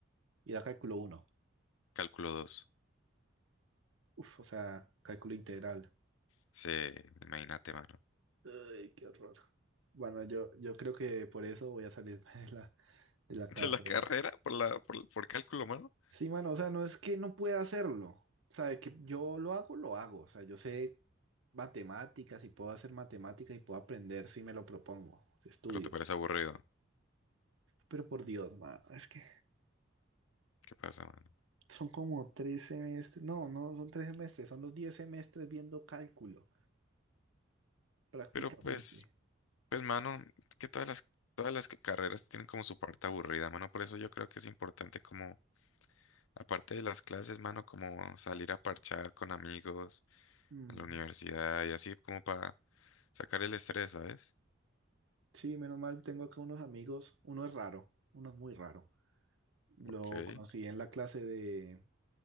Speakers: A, on the right (about 75°); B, on the left (about 80°).
A: Y era cálculo uno.
B: Cálculo dos
A: Uf, o sea, cálculo integral.
B: Sí, imagínate, mano.
A: Ay, qué horror. Bueno, yo, yo creo que por eso voy a salirme <laughs> de la,
B: <laughs>
A: de la
B: De
A: carrera.
B: la carrera por la, por, por cálculo, mano.
A: Sí, mano, o sea, no es que no pueda hacerlo. O sea, de que yo lo hago, lo hago. O sea, yo sé matemáticas y puedo hacer matemáticas y puedo aprender si me lo propongo, si estudio.
B: Pero te parece aburrido.
A: Pero por Dios, mano, es que
B: ¿Qué pasa, mano?
A: son como tres semestres. No, no son tres semestres, son los diez semestres viendo cálculo, prácticamente.
B: Pero pues, pues mano, es que todas las, todas las carreras tienen como su parte aburrida, mano. Por eso yo creo que es importante como, aparte de las clases, mano, como salir a parchar con amigos
A: Mm,
B: en la universidad y así como para sacar el estrés, ¿sabes?
A: Sí, menos mal, tengo acá unos amigos. Uno es raro, uno es muy raro. Lo
B: Ok.
A: conocí en la clase de